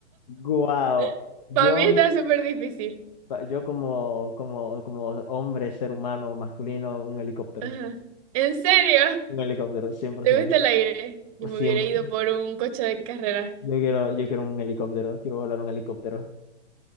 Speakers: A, on the left (about 40°); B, on the right (about 30°).
A: Wow.
B: <laughs>
A: Yo,
B: Para mí está súper difícil.
A: yo como, como, como hombre, ser humano, masculino, un helicóptero.
B: Ajá. ¿En serio?
A: Un helicóptero, 100%.
B: ¿Te gusta el aire? Yo
A: Siempre.
B: me hubiera ido por un coche de carreras.
A: Yo quiero, yo quiero un helicóptero, quiero volar un helicóptero.